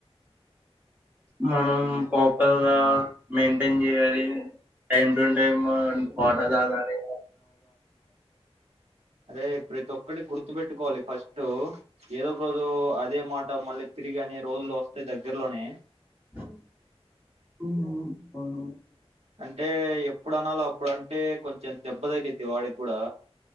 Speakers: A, on the right (about 20°); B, on the right (about 80°).
A: మనం ప్రాపర్ గా మెయింటైన్ చేయాలి టైమ్ టు టైమ్ వాటార తాగాలి
B: అరే ప్రతి ఒక్కడి గుర్తు పెెట్టుకోవాలి ఫస్ట్ ఏదో ఒక రోజు అదే మాట మళ్ళీ తిరిగి అనే రోజులు వస్తాయి దగ్గరలోనే
A: అ అవును
B: అంటే ఎప్పు అప్పుడు అనాలో అప్పుడు అంటే కొంచం ంత దెబ్బదైతే వాడికి కూడా